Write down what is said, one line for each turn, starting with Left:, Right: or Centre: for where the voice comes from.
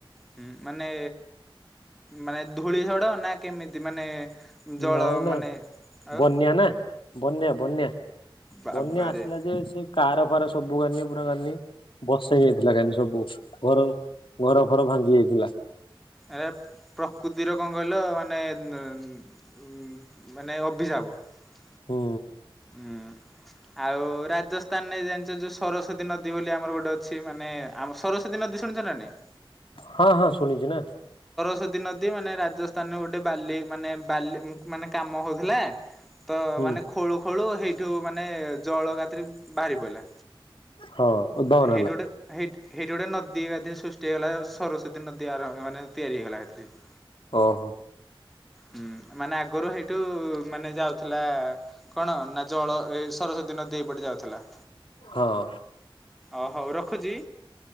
Centre: ହୁଁ ମାନେ ମାନେ ଧୂଳିଝଡ ନା କେମିତି ମାନେ। ଜଳ
Left: ନାଇଁ ନାଇଁ
Centre: ମାନେ ଆଉ
Left: ବନ୍ୟା ନା ବନ୍ୟା ବନ୍ୟା।
Centre: ବାବାରେ
Left: ବନ୍ୟା ଆସିଲା ଯେ ସେ କାର ଫାର ସବୁ ଘନି ପୁରା ଘନି ବସେଇ ଯାଇଥିଲା କାଲି ସବୁ ଘର ଘର ଫର ଭାଙ୍ଗି ଯାଇଥିଲା।
Centre: ଏ ପ୍ରକୃତିର କଣ କହିଲ ମାନେ ଉ ମାନେ ଅଭିସାପ। କୁହ।
Left: ହୁଁ।
Centre: ହୁଁଉଁ। ଆଉ ରାଜସ୍ଥାନରେ ଜାଣିଚ ଯୋଉ ସରସ୍ଵତୀ ନଦୀ ବୋଲି ଆମର ଗୋଟେ ଅଛି ମାନେ ଆମ ସରସ୍ଵତୀ ନଦୀ। ଜେ ଶୁଣିଛ ନା ନାଇଁ।
Left: ହଁ ହଁ ଶୁନିଚି ନା।
Centre: ବୀ ନଦୀ ମାନେ ରାଜସ୍ଥାନ ଗୋଟେ ବାଲି ମାନେ ବାଲିଉଁ ମାନେ କାମ ହଉଥିଲା ତ
Left: ହୁଁ
Centre: ମାନେ ଖୋଳୁ ଖୋଳୁ ହେଇଠୁ ମାନେ ଜଳ ଏକାତିରେ ବାହାରି ପଇଲା।
Left: ହଁ ଉଦ୍ଭାବନ
Centre: ନା ହେଇଠୁ
Left: ହେଲା
Centre: ଗୋଟେ ହେଇଠି। ହେଇଠି ଗୋଟେ ନଦୀ ଏକାଥିରେ ସୃଷ୍ଟି ହେଇଗଲା ସରସ୍ଵତୀ ନଦୀ ଆରାମ ମାନେ ତିଆରି ହେଇଗଲା ଏକାଥରିକେ।
Left: ଓ ହୋ।
Centre: ହୁଁ ମାନେ ଆଗରୁ ହେଇଠୁ ମାନେ ଯାଉଥିଲା ଆ କଣ ନା ଜଳ ଏ ସରସ୍ଵତୀ ନଦୀ ଏଇପଟେ ଯାଉଥିଲା।
Left: ହଁ।
Centre: ଅ ହଉ ରଖୁଚି।